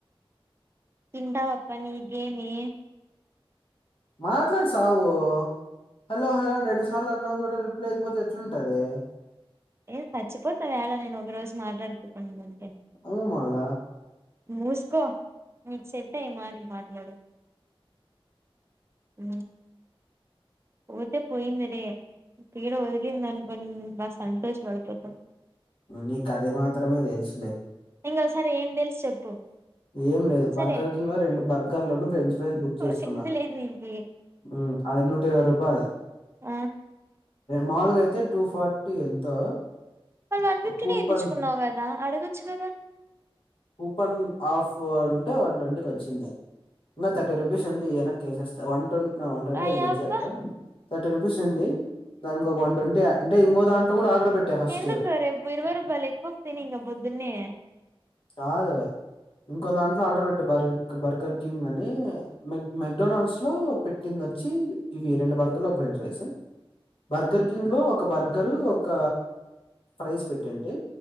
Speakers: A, on the right (about 25°); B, on the left (about 65°).
A: తింటావ్ అప్ప నీ కెమీ
B: మాట్లాడి సావు హలో హలో అండి రెండు సార్లు అన్న కూడా రిప్లై ఇవ్వకపోతే ఎట్లుంటది
A: ఏం చచ్చిపోతా వేళ నేను ఒక రోజు మాట్లాడకుండ ఉంటే
B: ఔ మల్ల
A: మూసుకో చెడిపోయే మాటలు మాట్లాడకు ఉ పోతే పోయిందలే పీడ వదిలింది అనుకొని సంతోషపడపోతవ్
B: నీ కథే మాత్రమే తెలుసులే
A: ఇంకొసారి ఏం తెలుసు చెప్పు
B: ఏం లేదు బర్గర్
A: సరే
B: రెండు బర్గర్లను ఫ్రెంచ్ ఫ్రైస్ బుక్ చేసుకున్నా
A: సింగిలే నీకి
B: ఉ ఆవి నూట ఇరవై రూపాయలు
A: ఆ
B: మాముూలుగా అయితే టూ ఫార్టీ ఎంతో
A: మరి వన్ ఫిఫ్టనే
B: కూపన్
A: ఏపిచ్చుకున్నావు కదా అడగొచ్చు కదా
B: ఓపెన్ పెన్ ఆఫ్ అంటే వన్ ట్వంటీకి వచ్చింది ఇంకా థర్టీ రూపీస్ ఉంది వెనక్ కేసేస్తా వన్ ట్వంటీ నా వన్ ట్వంటీ
A: అయ్యబ్బా
B: ఉంది ఎగ్జాక్ట్ గా థర్టీ రూపీస్ ఉంది దానికి ఒక వన్ ట్వంటీ అంటే ఇంకో దాంట కూడా ఆర్డర్ పెట్టా ఫస్ట్
A: ఎందకులే రేపు ఇరువై రూపాయల ఎగ్ పప్పు తిని పొద్దున్నే
B: కాదు ఇంకొ దాంట్లో ఆర్డర్ పెట్టి బర్గర్ కింగ్ అని మెక్ మెక్డొనాల్డ్స్ లో పెట్టింది వచ్చి ఇవి రెండు బర్గర్ లో ఒక ఫ్రెంచ్ రైస్ బర్గర్ కింగ్ లో ఒక బర్గరు ఒక ఫ్రైస్ పెట్టటింటి